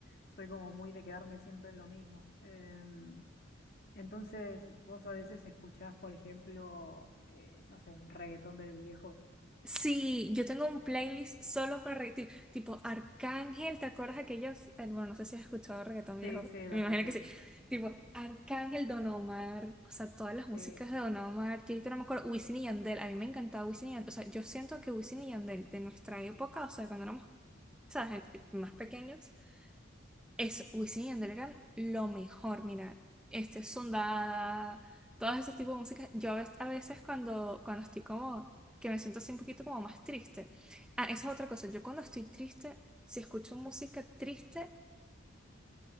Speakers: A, on the left (about 50°); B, in the centre.
A: Soy como muy de quedarme siempre en lo mismo. Em, entonces, vos a veces escuchás, por ejemplo, eh, no sé, reggaetón del viejo.
B: Sí, yo tengo un playlist solo para reggaetón, tipo Arcángel, ¿te acuerdas aquellos? eh, Bueno, no sé si has escuchado reggaetón
A: Sí,
B: viejo,
A: sí, lo
B: me
A: escuché.
B: imagino que sí. Tipo Arcángel, Don Omar, o sea, todas las músicas
A: Sí,
B: de Don Omar, que ahorita no me acuerdo, Wisin y Yandel, a mí me encantaba Wisin y Yandel, o sea, yo siento que Wisin y Yandel de nuestra época, o sea, cuando éramos, ¿sabes? gente- más pequeños, eso, Wisin y Yandel eran lo mejor, mira, este Sundada, todos esos tipos de música. Yo a veces, a veces cuando, cuando estoy como, que me siento así un poquito como más triste. Ah, eso es otra cosa, yo cuando estoy triste, si escucho música triste,